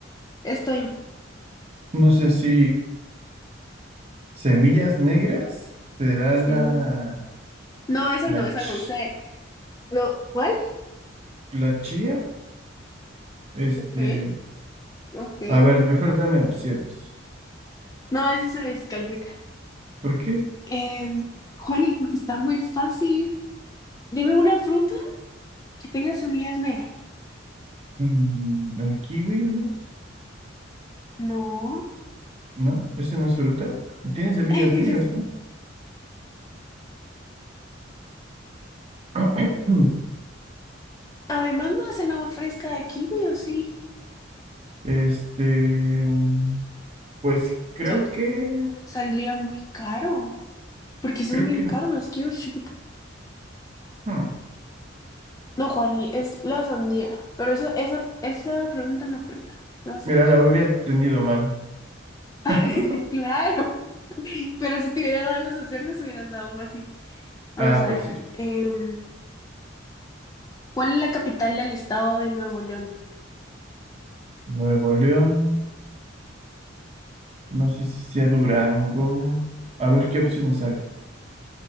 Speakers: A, on the left; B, on the right.
A: Estoy
B: No sé si semillas negras será
A: Sí.
B: la
A: No, esa
B: la
A: no, esa
B: ch-
A: no sé. No, ¿cuál?
B: la chía. Este,
A: Ok, ok.
B: a ver, mejor dame opciones.
A: No, esa se descalifica.
B: ¿Por qué?
A: Eh, Juani, porque está muy fácil. Dime una fruta que tenga semillas negras.
B: Mm, el kiwi, ¿no?
A: No.
B: ¿No? Ese no es fruta. Y Tiene semillas
A: <laughs>
B: negras, ¿no? <clears throat>
A: Además, no hacen agua fresca de kiwi, ¿o sí?
B: Este, mm, pues creo
A: Sal-
B: que
A: saldría muy caro, porque son
B: creo
A: bien
B: que no.
A: caros los kiwis chiquitos.
B: Hmm,
A: No, Juani, es la sandía. Pero eso, esa, esa pregunta no cuenta. Te voy a hacer
B: Mira,
A: otra.
B: la habría tenido mal.
A: <laughs>
B: <laughs>
A: Claro, pero si te hubiera dado las opciones, hubieras dado fácil. Vamos
B: Ah,
A: a
B: pues
A: ver.
B: sí.
A: em, ¿cuál es la capital del estado de Nuevo León?
B: Nuevo León, no sé si sea Durango. A ver qué opciones hay.